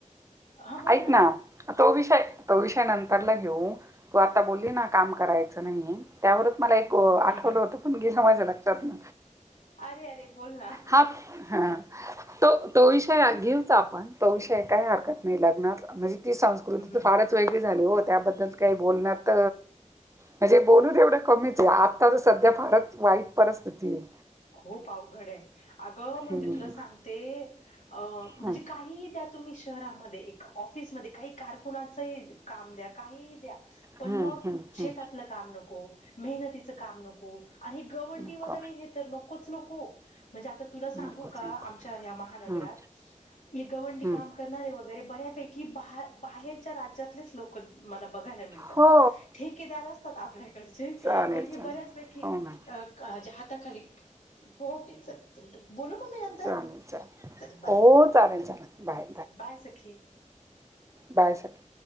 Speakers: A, on the left; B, on the right.
A: हा बोल
B: ऐक ना तो विषय, तो विषय नंतरला घेऊन तू आता बोलली ना काम करायचं नाहीये त्यावरच मला एक ओ आठवलं
A: हम् हम्.
B: होत पण गेलं माझ्या लक्षातन
A: अरे अरे बोल ना.
B: हा हा तो तो विषय घेऊच आपण तो विषय काही हरकत नाही लग्नात म्हणजे ती संस्कृती
A: हम्म. हम्म.
B: तर फारच वेगळी झाली हो त्याबद्दल काही बोलण्यात म्हणजे बोलून तेवढ कमीच आहे आता तर सध्या फारच वाईट परिस्थिती आहे.
A: खूप अवघड आहे अग म्हणजे
B: हम्म
A: तुला सांगते अ म्हणजे
B: हम्म
A: का काही द्या तुम्ही शहरामध्ये एक ऑफिसमध्ये काही कारखुनाचंही काम द्या काही द्या पण
B: हम्म
A: मग
B: हम्म
A: शेतातलं
B: हम्म
A: काम नको, मेहनतीच काम नको आणि हे गवंडी
B: नको
A: वगैरे हे तर नकोच, नको म्हणजे आता तुला सांगू
B: नकोच
A: का
B: नको
A: आमच्या ह्या महानगरात
B: हम्म
A: गवंडी
B: हम्म
A: काम करणारे वगैरे बऱ्यापैकी बा बाहेरच्या राज्यातलेच लोक मला बघायला मिळतात.
B: हो
A: ठेकेदार असतात आपल्याकडचे
B: चालेल
A: पण हे
B: चालेल
A: बऱ्याचपैकी
B: हो मॅम
A: जे हाता खाली हो तेच आहेत. चल बोलू मग मी नंतर?
B: चालेल चालेल
A: चल बाय,
B: हो
A: बाय,
B: चालेल चालेल बाय
A: चल बाय सखी.
B: बाय सखी.